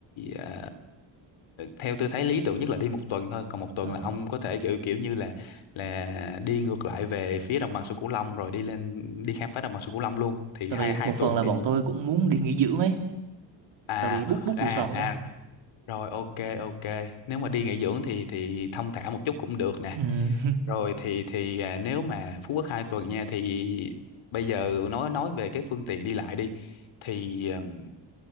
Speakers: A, on the left; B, on the right.
A: ờ, theo tôi thấy lý tưởng nhất là đi một tuần thôi còn một tuần
B: Ừ.
A: là ông có thể kiểu kiểu như là là đi ngược lại về phía đồng bằng sông Cửu Long rồi đi lên đi khám phá đồng bằng sông Cửu Long luôn thì
B: Tại
A: hai
B: vì
A: hai
B: một
A: tuần
B: phần là
A: thì
B: bọn tôi cũng muốn đi nghỉ dưỡng ấy.
A: à
B: Tại vì book book
A: à
B: resort rồi.
A: à rồi ok ok. Nếu mà đi nghỉ dưỡng thì thì thong thả một chút cũng được nè.
B: Ừ, <laughs>
A: Rồi thì thì à, nếu mà Phú Quốc 2 tuần nha thì bây giờ nói nói về cái phương tiện đi lại đi thì ừm,